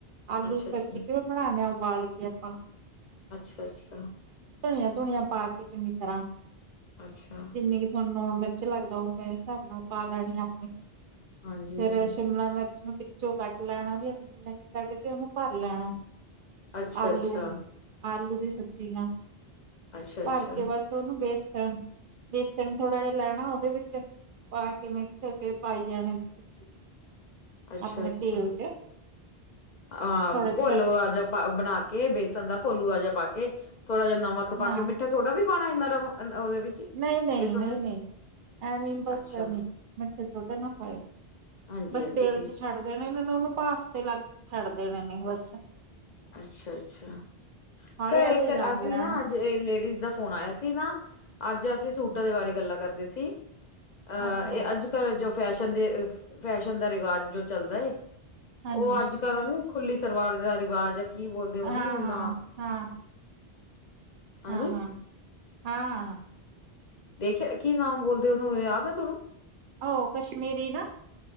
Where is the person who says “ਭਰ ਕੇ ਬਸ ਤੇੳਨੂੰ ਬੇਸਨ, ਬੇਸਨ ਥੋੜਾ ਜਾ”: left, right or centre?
Right